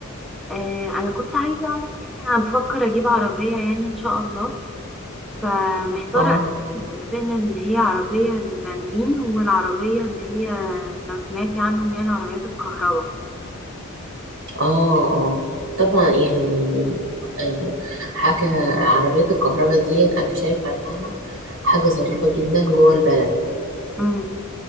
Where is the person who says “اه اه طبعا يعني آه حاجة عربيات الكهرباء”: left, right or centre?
Right